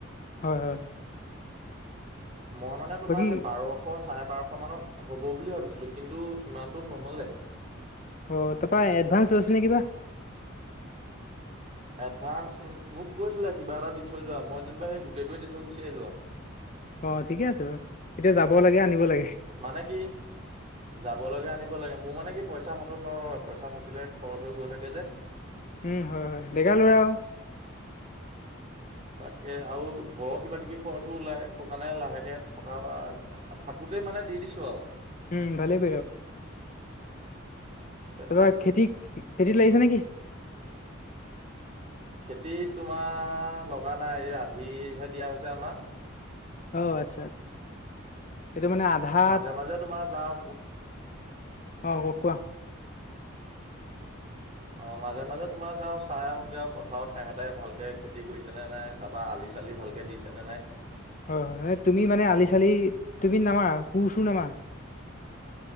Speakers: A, on the left; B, on the right.
A: হয় হয়।
B: মই মানে তোমাৰ
A: বাকী
B: সেই বাৰ'খ এশ সৰে বাৰ'খো মানত হ'ব বুলি ভাবিছিলো কিন্তু সিমানটোত নহলে।
A: অ', তাৰপা এডভান্স লৈছে নে কিবা
B: এডভানস মোক কৈছিলে কিবা এটা দি থৈ যোৱা মই যেনিবা সেই গোটেইটোৱে দি থৈ গুচি আহিলো আৰু।
A: অ', ঠিকে আছে বাৰু তেতিয়া যাব লাগে আনিব লাগে।
B: মানে কি যাব লাগে আনিব লাগে মোৰ মানে কি পইচা হাতত নৰয় পইচা থাকিলে খৰচ হৈ গৈ থাকে যে।
A: উম হয় হয় ডেকা লৰা আৰু।
B: তাকে আৰু ঘৰৰ কিবা কিবি খৰচো ওলাই কাৰণে লাহেকে থকা বা থাকোতেই মানে দি দিছো আৰু।
A: উম ভালেই
B: অ'।
A: অই খেতি খেতিত লাগিছে নেকি।
B: খেতিত তোমাৰ লগা নাই এই আধিহে দিয়া হৈছে আমাক।
A: অ', আচ্ছা, এইটো মানে আধা।
B: মাজে
A: আধা
B: মাজে তোমাৰ যাওঁ
A: অ', হু কোৱা।
B: অ', মাজে মাজে তোমাৰ যাওঁ চাই আহোঁগৈ আৰু পথাৰত খহতে ভালকে খেতি কৰিছে নে নাই। তাৰ পা আলি চালি ভালকে দিছে নে নাই।
A: হয় হয় তুমি মানে আলি চালি তুমি নামাৰা কুৰ্-চুৰ্ নামাৰা।